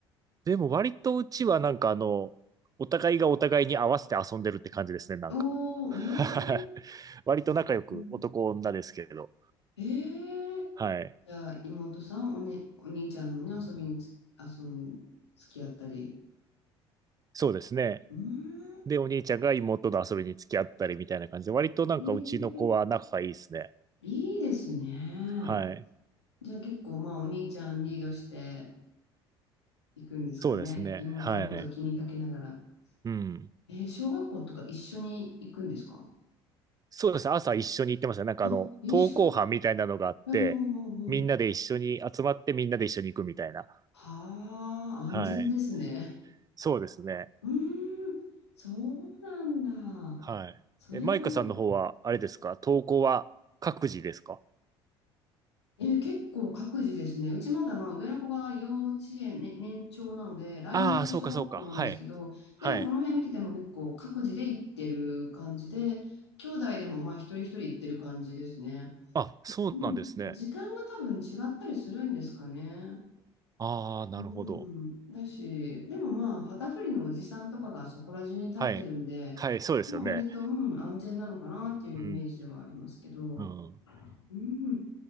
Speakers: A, on the right; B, on the left.
A: でも割とうちはなんかあの、お互いがお互いに合わせて遊んでるって感じですね、なんか。
B: おー、
A: <laughs>
B: えー、
A: はい。割と仲良く男女ですけれど。
B: うんえー
A: はい。
B: じゃあ、妹さん、おね、お兄ちゃんのね、遊びにつ、遊ん、付き合ったり。
A: そうですね。
B: うーん、
A: で、お兄ちゃんが妹と遊びに付き合ったりみたいな感じで、割となんかうちの子は仲がいいですね。
B: ええいいですね。
A: はい。
B: じゃあ結構、まあ、お兄ちゃんリードしていくんですかね。
A: そうですね。
B: 妹のこと気にかけながら。
A: はい。うん。
B: えー小学校とか一緒に行くんですか
A: そうですね、朝一緒に行ってましたね。なんかあの、
B: あ、一緒に。
A: 登校班みたいなのがあって、
B: うんうんうんうん。
A: みんなで一緒に集まってみんなで一緒に行くみたいな。
B: はあ、安全ですね。
A: はい。そうですね。
B: うーん、そうなんだ。
A: はい。
B: それは、
A: え、マイカさんの方は、あれですか登校は各自ですか
B: えー結構各自ですね。うちまだまあ上の子が幼稚園、ね、年長なので、来年小学校なんですけど、
A: ああー、そうかそうか。はい。はい。
B: でもこの辺見てても結構各自で行ってる感じで、兄弟でもまあ一人一人行ってる感じですね。
A: あ、そうなんですね。
B: うん。時間が多分違ったりするんですかね。
A: ああ、なるほど。
B: うん。だし、でもまあ旗振りのおじさんとかがそこら中に立ってるんで、
A: はい。はい、そうですよね。
B: まあ割と、うん、安全なのかなっていうイメージではありますけど。
A: うん。うん。
B: うん。